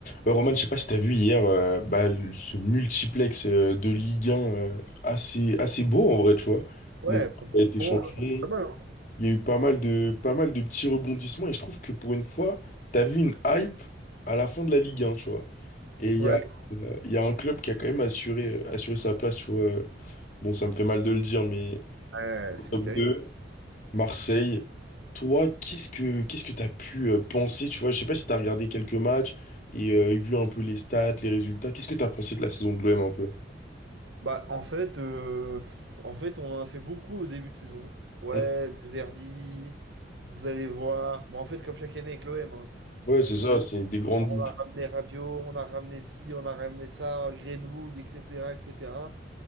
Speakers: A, on the left (about 45°); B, on the right (about 80°).
A: Euh, Roman, je sais pas si t'as vu hier euh, bah, le- ce multiplex euh, de Ligue 1 euh, assez, assez beau en vrai, tu vois.
B: Ouais,
A: Bon, il a été
B: franchement,
A: champion,
B: c'est pas mal. hein.
A: il y a eu pas mal de, pas mal de petits rebondissements et je trouve que pour une fois, t'as vu une hype à la fin de la Ligue 1, tu vois. Et il
B: Ouais,
A: y a, euh, il y a un club qui a quand même assuré, assuré sa place, tu vois. Bon, ça me fait mal de le dire, mais
B: Ouais, c'est
A: top
B: terrible.
A: 2. Marseille. Toi, qu'est-ce que qu'est-ce que t'as pu euh, penser, tu vois, je sais pas si t'as regardé quelques matchs et euh, vu un peu les stats, les résultats. Qu'est-ce que t'as pensé de la saison de l'OM un peu?
B: Bah, en fait, euh, pff, en fait, on en a fait beaucoup au début de saison. Ouais,
A: Mm.
B: deux Herbie, vous allez voir. Bon, en fait, comme chaque année avec l'OM, hein.
A: Ouais, c'est
B: vous,
A: ça, c'est des grandes
B: on
A: boules.
B: a ramené Rabiot, on a ramené ci, on a ramené ça, Greenwood, etc., etc.